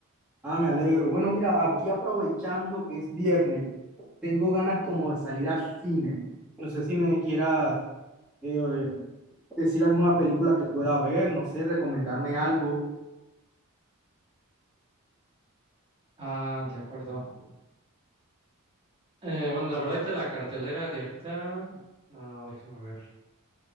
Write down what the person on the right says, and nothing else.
Ah, de acuerdo. Eh, bueno, la verdad, ahorita la cartelera de ahorita, no, déjame ver.